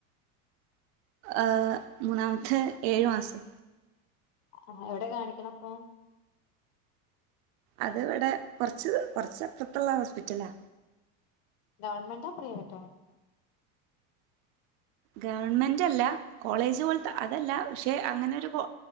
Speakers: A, on the right (about 55°); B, on the left (about 65°).
A: ഏഹ് മൂന്നാമത്തെ ഏഴു മാസം
B: ആഹ് എവിടെ കാണിക്കണേ അപ്പൊ
A: അത് ഇവിടെ കൊറച്ച് കൊറച്ച് അപ്പുറത്തുള്ള ഹോസ്പിറ്റലാ
B: ഗവൺമെന്റോ പ്രൈവറ്റോ
A: ഗവൺമെന്റ്ല്ല കോളേജ് പോലത്തെ അതല്ല പക്ഷെ അങ്ങനൊരു കോ